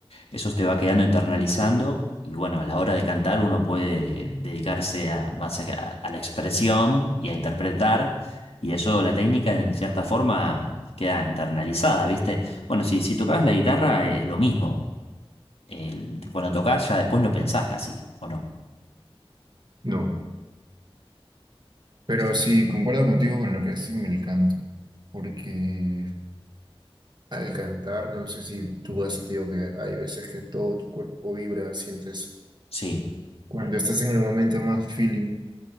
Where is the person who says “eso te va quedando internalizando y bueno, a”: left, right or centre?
Left